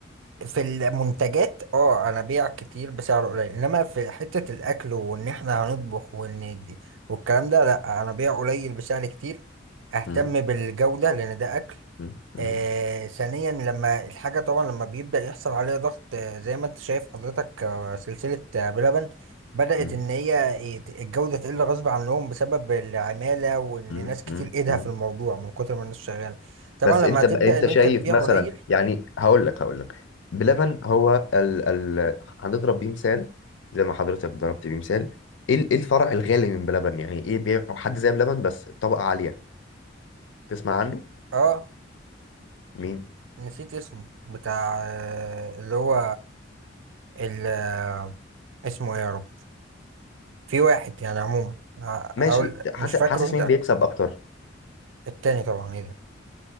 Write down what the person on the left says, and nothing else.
مم،
مم، مم،
مم،
مم،
مم،
مم.
بس انت
بقى انت
شايف
مثلا
يعني هقول لك هقول لك بلبن هو ال ال هنضرب بيه مثال زي ما حضرتك ضربت بيه مثال ايه ال- إيه الفرع الغالي من بلبن يعني ايه بيع حد زي بلبن بس طبقة عالية تسمع عنه
مين
ماشي
حاسس
حاسس
مين بيكسب اكتر